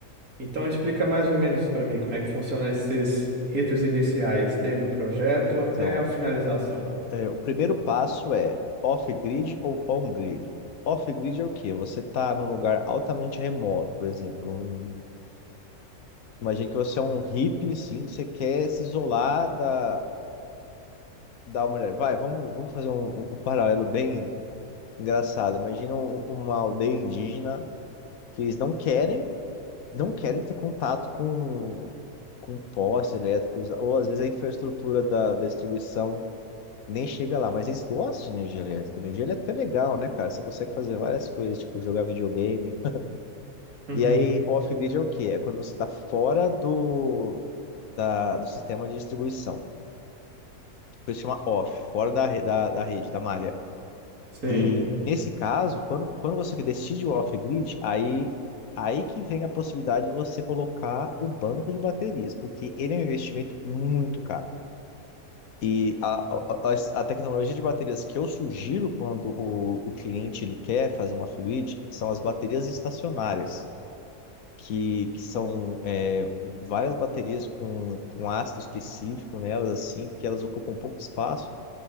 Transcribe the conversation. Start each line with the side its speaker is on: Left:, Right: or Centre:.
Right: Então explica mais ou menos para mim como é que funcionam esses ritos iniciais, desde o projeto
Left: Então,
Right: até a finalização.
Left: é, o primeiro passo é off-grid ou on-grid. Off-grid é o quê? Você está num lugar altamente remoto, por exemplo. Um, imagine que você é um hippie, assim, que você quer se isolar da, da humanidade. Vai, vamos, vamos fazer um, um paralelo bem engraçado. Imagina um- uma aldeia indígena que eles não querem, não querem ter contato com, com postes elétricos, ou às vezes a infraestrutura da da distribuição nem chega lá, mas eles gostam de energia elétrica. Energia elétrica é legal, né, cara? Você consegue fazer várias coisas, tipo jogar videogame.
Right: <laughs>
Left: E aí, off-grid é o quê? É quando você está fora do, da, do sistema de distribuição. Por isso chama off, fora da, re- da, da rede, da malha.
Right: Sim.
Left: E nesse caso, quando, quando você decide o off-grid, aí, aí que vem a possibilidade de você colocar o banco de baterias, porque ele é um investimento muito caro. E a, a, a- a tecnologia de baterias que eu sugiro quando o, o cliente ele quer fazer uma fluid são as baterias estacionárias, que, que são é, várias baterias com, com ácido específico nelas, assim, que elas ocupam pouco espaço,